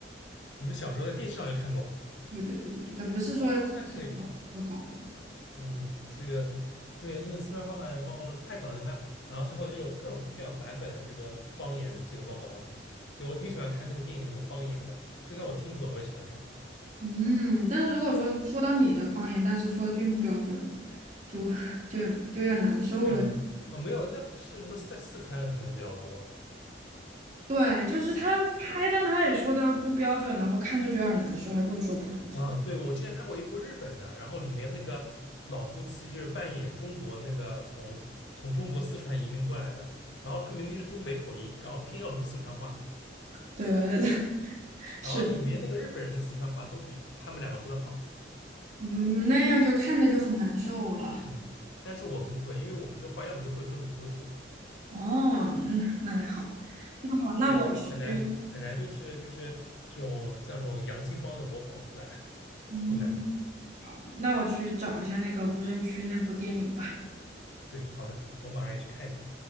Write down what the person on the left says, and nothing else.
你们小时候在电视上就看过？
哦，那可以。嗯，这个对那个四川话版《的猫和老鼠》太搞笑，还有然后之后就有各种各样版本的这个方言，这个《猫和老鼠》。对，我挺喜欢看那个电影里面有方言的，就算我听不懂，我也喜欢看。
会吗？啊，没有，那是不是在四川可能比较多？
啊，对，我之前看过一部日本的，然后里面那个老夫妻就是扮演中国那个从从中国四川移民过来的，然后他明明是东北口音，然后偏要说四川话，
然后里面那个日本人的四川话都比他们两个说的好，
嗯，但是我们不会，因为我们这话要么就会说，要么就不会说，
对，就是很难很难，就是就是这种像这种洋泾浜的模仿出来，<laughs>
挺难的。
对，好的，我马上也去看一下。